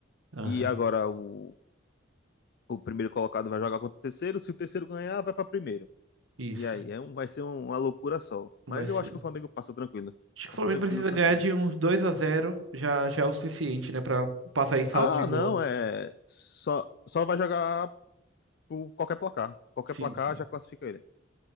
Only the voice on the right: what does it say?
Aham.
Isso.
Vai
ser.
Acho que o
Flamengo
precisa
ganhar de uns 2 a zero já já é o suficiente, né, Pra passar em saldo
de gol.
Sim,
sim.